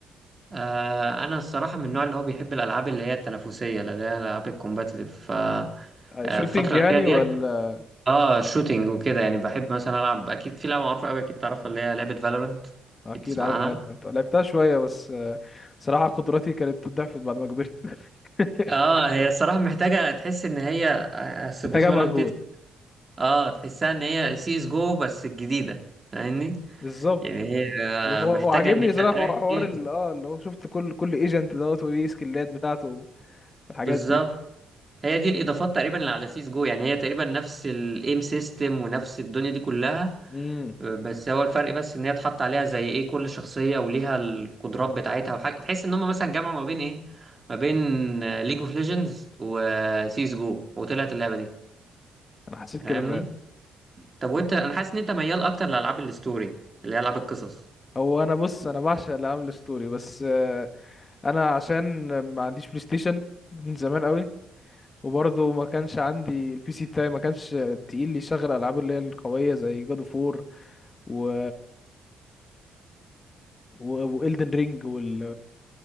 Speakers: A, on the right; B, on the left.
A: آه أنا الصراحة من النوع اللي هو بيحب الألعاب اللي هي التنافسية اللي هي الألعاب الكومباتيتيف ف آه،
B: شوتينج
A: الفترة
B: يعني
A: الأخيرة ديت
B: ولا
A: اه شوتينج وكده يعني بحب مثلا العب اكيد في لعبه معروفه قوي اكيد تعرفها اللي هي لعبه فالورنت
B: اكيد
A: اكيد تسمع
B: عارف
A: عنها
B: فالورانت لعبتها شويه بس آه، صراحه قدراتي كانت ضعفت بعد ما كبرت <laughs>
A: اه هي <laughs> الصراحه محتاجه تحس ان هي سبوس
B: محتاجه
A: فالورنت
B: مجهود
A: اه تحسها ان هي سي اس جو بس الجديده فاهمني
B: بالظبط
A: يعني هي آه،
B: وهو-
A: محتاجه
B: وعاجبني
A: ان انت
B: صراحه
A: تركز
B: حو- حوار ال- اه اللي هو شفت كل كل ايجنت دوت وليه سكيلات بتاعته والحاجات
A: بالظبط
B: دي
A: هي دي الاضافات تقريبا اللي على سي اس جو يعني هي تقريبا نفس الايم سيستم ونفس الدنيا دي كلها
B: امم
A: بس هو الفرق بس ان هي اتحط عليها زي ايه كل شخصيه وليها القدرات بتاعتها وحاجه تحس ان هم مثلا جمعوا ما بين ايه ما بين ليج اوف ليجندز وسيس جو وطلعت اللعبه دي
B: انا حسيت كده
A: فاهمني
B: فعلا
A: طب وانت انا حاسس ان انت ميال اكتر لالعاب الستوري اللي هي العاب القصص
B: هو انا بص انا بعشق العاب الستوري بس آه، انا عشان ما عنديش بلاي ستيشن من زمان قوي وبرضه ما كانش عندي البي سي بتاعي ما كانش تقيل لي يشغل العاب اللي هي القويه زي جاد اوف وور و والدن رينج وال...